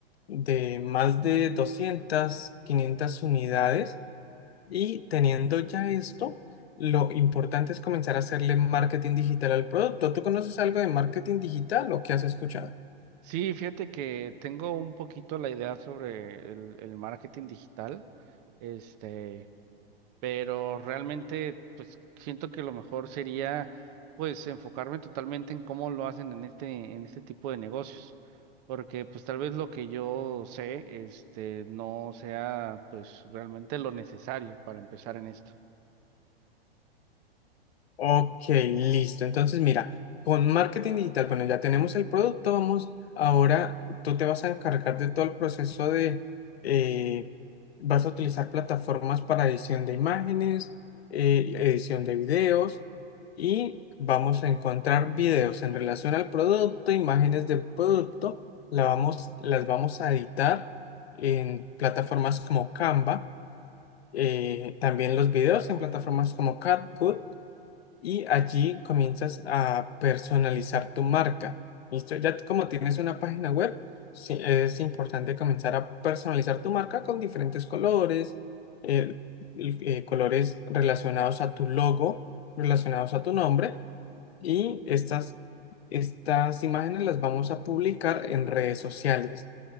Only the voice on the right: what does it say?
Sí, fíjate que tengo un poquito la idea sobre el, el marketing digital. Este, pero realmente pues siento que lo mejor sería pues enfocarme totalmente en cómo lo hacen en este en este tipo de negocios, porque pues tal vez lo que yo sé este no sea pues realmente lo necesario para empezar en esto.